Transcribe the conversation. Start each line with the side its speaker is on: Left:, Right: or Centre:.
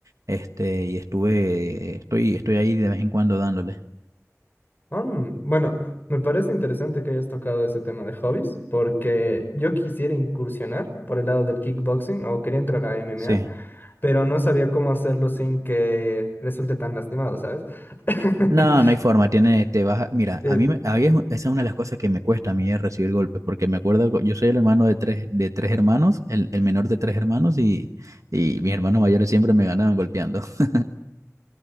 Right: este, y estuve, estoy, estoy ahí de vez en cuando dándole.
Left: Ah, Mm, bueno, me parece interesante que hayas tocado ese tema de hobbies, porque yo quisiera incursionar por el lado del kickboxing o quería entrar a MMA,
Right: Sí.
Left: pero no sabía cómo hacerlo sin que resulte tan lastimado, ¿sabes? <laughs>
Right: No, no hay forma, tiene, te vas a- mira,
Left: Eh,
Right: a mí, me- a mí es- esa es una de las cosas que me cuesta a mí es recibir golpes, porque me acuerdo, cu- yo soy el hermano de tres, de tres hermanos, el, el menor de tres hermanos, y, y mis hermanos mayores siempre me ganaban golpeando. <laughs>